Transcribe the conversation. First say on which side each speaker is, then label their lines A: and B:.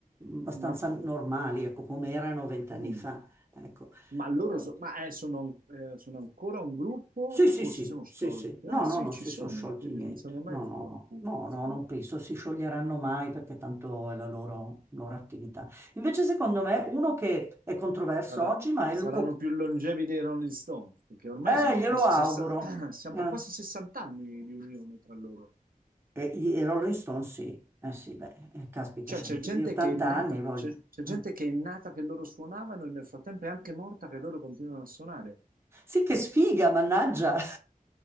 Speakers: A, on the right; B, on the right.
A: abbastanza
B: Ma
A: normali, ecco, come erano vent'anni
B: mm,
A: fa. Ecco.
B: Ma loro
A: Eh,
B: so- ma, eh, sono, eh, sono ancora un gruppo
A: sì, sì,
B: o
A: sì,
B: si sono sciolti?
A: sì, sì. No,
B: Ah sì,
A: no, non
B: ci
A: si
B: sono,
A: sono sciolti
B: quindi
A: niente.
B: non sono mai
A: No, no,
B: sciolti,
A: no,
B: insomma.
A: no, no, non penso si scioglieranno mai perché tanto è la loro, loro attività. Invece, secondo me, uno che è controverso
B: Sarà-
A: oggi, ma è
B: saranno
A: Luco...
B: più longevi dei Rolling Stones, perché ormai
A: Eh,
B: siamo
A: glielo
B: a quasi,
A: auguro.
B: sessa- <clears throat> siamo
A: Eh.
B: a quasi 60 anni di unione tra loro.
A: E i i Rolling Stones, sì. Eh sì, beh, eh, caspita,
B: Cioè
A: c'hanno
B: c'è
A: più
B: gente
A: di 80
B: che è nata,
A: anni, voglio.
B: c'è c'è gente
A: eh.
B: che è nata che loro suonavano e nel frattempo è anche morta che loro continuano a suonare.
A: Sì, che sfiga, mannaggia. <laughs>